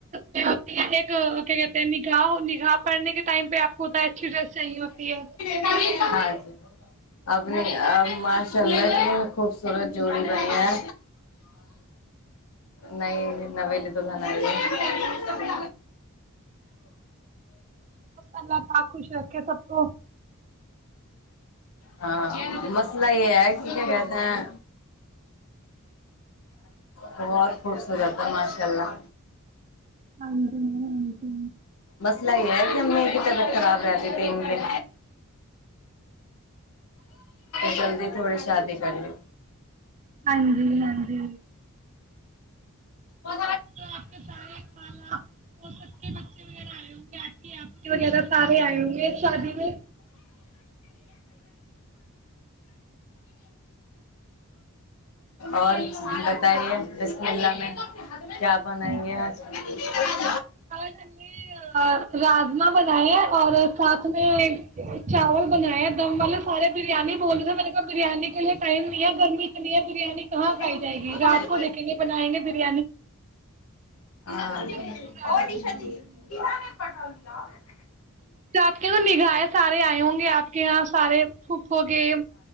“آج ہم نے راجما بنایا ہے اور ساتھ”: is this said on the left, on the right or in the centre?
Right